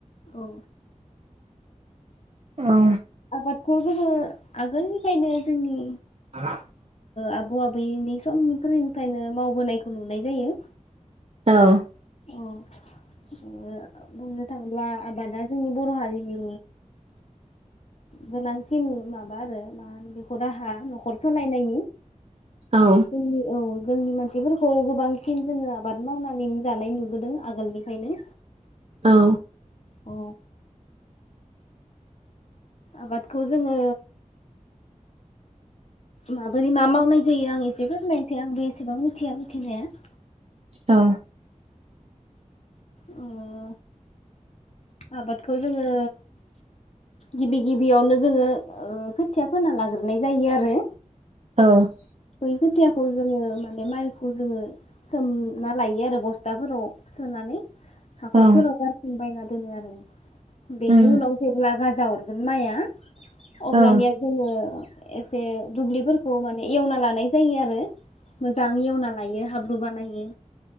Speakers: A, on the left (about 55°); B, on the right (about 50°).
A: औ
B: औ
A: आबादखौ जोङो आगोलनिफ्रायनो जोंनि
B: ह <unintelligible>
A: आबौ आबैनि समनिफोरनिफायनो मावबोनायखौ नुनाय जायो।
B: औ।
A: अह ओ बुंनो थांब्ला आबादा जोंनि बर' हारिनि गोनांसिन माबा आरो मा होनो बेखौ राहा न'खर सलायनायनि।
B: औ
A: जोंनि औ। जोंनि मानसिफोरखौ गोबांसिन जोङो आबाद मावनानैनो जानाय नुबोदों आगोलनिफ्रायनो।
B: औ।
A: औ। आबादखौ जोङो माबोरै मा मावनाय जायो आं एसे फोरमायनोसै आं बे एसेबां मिथिया मिथिनाया।
B: औ।
A: अह आबादखौ जोङो गिबि गिबियावनो जोङो ओ खोथिया फोना लाग्रोनाय जायो आरो।
B: द <unintelligible>
A: बै खोथियाखौ जोङो माने माइखौ जोङो सोमना लायो आरो बस्थाफोराव सोनानै हाखरफोराव
B: औ
A: गारसोमबायना दोनो आरो, बेनि
B: उम
A: उनाव जेब्ला गाजा हरगोन माइआ अब्लानिया
B: औ
A: जोङो एसे दुब्लिफोरखौ माने एवना लानाय जायो आरो मोजां एवना लायो हाब्रु बानायो